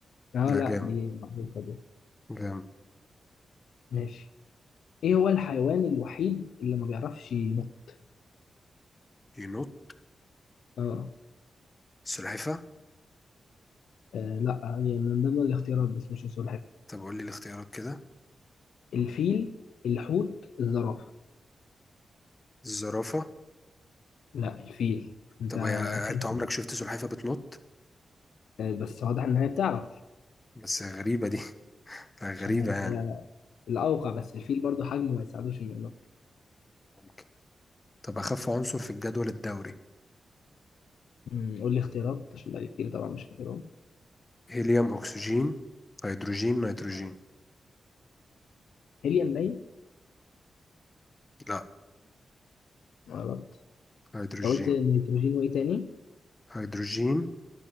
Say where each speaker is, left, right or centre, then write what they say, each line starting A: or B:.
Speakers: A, on the left; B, on the left.
A: اه
B: لا
A: لا
B: جامد
A: دي معروفة دي
B: جامد
A: ماشي ايه هو الحيوان الوحيد اللي ما بيعرفش ينط
B: ينوت
A: اه
B: سلحفة
A: آه، لا هي من ضمن الاختيارات بس مش السلحفاة
B: طب قول لي الاختيارات كده
A: الفيل الحوت الزرافة
B: الزرافة
A: لا الفيل انت
B: طب هي
A: خير
B: انت عمرك شفت سلحفة بتنط
A: آه، بس واضح ان هي بتعرف
B: بس غريبة دي آه، غريبة
A: مش عارف
B: يعني
A: هي الاوقع بس الفيل برضو حجمه ما يساعدوش انه ينط
B: ممكن طب أخف عنصر في الجدول الدوري
A: مم، قول لي اختيارات عشان بقالي كتير طبعا مش فاكرهم
B: هيليوم أكسجين هيدروجين نيتروجين
A: هيليوم باين
B: لا
A: غلط
B: هيدروجين
A: انت قلت نيتروجين وايه تاني
B: هيدروجين